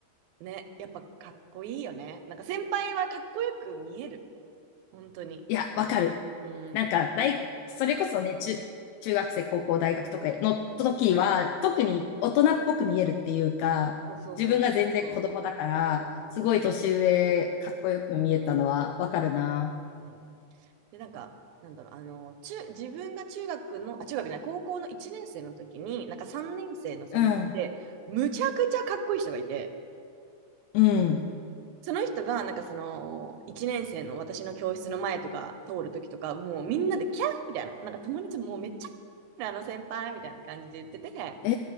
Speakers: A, on the right; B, on the left.
A: うねやっぱかっこいいよねなんか先輩はかっこよく見える本当に
B: いや、わかる。
A: うん
B: なんか大、それこそね、中、中学生、高校、大学とかの時は、特に大人っぽく見えるっていうか、
A: そうそうそうそうそ
B: 自分が全然子供だから、
A: う。うんうん
B: すごい年上、かっこよく見えたのはわかるな。
A: うん。で、なんか、なんだろう、あの、中、自分が中学の、あ、中学じゃない、高校の1年生の時に、なんか3年生の先輩で、
B: うん、
A: むちゃくちゃかっこいい人がいて、
B: うん。
A: その人が、なんかその、1年生の私の教室の前とか通る時とか、もうみんなでキャーみたいな、なんか友達ももうめっちゃ、あの先輩みたいな感じで言ってて、
B: え